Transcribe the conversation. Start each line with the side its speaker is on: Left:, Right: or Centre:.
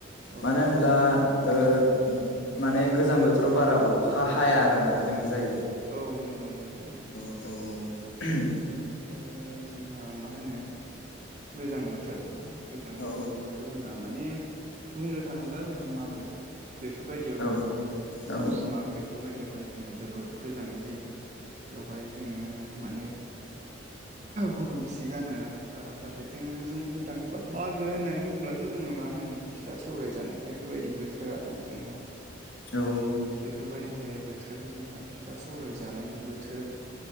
Right: औ
Left: मानो होनब्ला ओ माने गोजां बोथोराव बारा अखा हाया आरोना जोंनि जायगायाव
Right: औ नंगौ नंगौ नंगौ
Left: औ अम
Right: ओ जोंहा मा होनो गोजां बोथोर ना गोजां
Left: औ
Right: बोथोरावथ' जोंहा माने बुंनो थाङोब्ला जोंहा मागो बेफोर बायदियावहाय
Left: औ औ
Right: पुस माग बेफोर बायदियावहाय जोंहा जोबोद गोजांनाय जायो बेवहाय जोंङो माने गुदुंसि गानो ओ फारसेथिं जों बुंनो थाङोबा मागो होननानै बुङोब्लाथ' जोंङो मा होनो फिथा सौराय जानाय बेफोरबायदि बोथोर आरोना जोंहा
Left: औ
Right: बेफोरबायदिहाय बोथोर जोंहा फि फिथा सौराय जानायनि बोथोर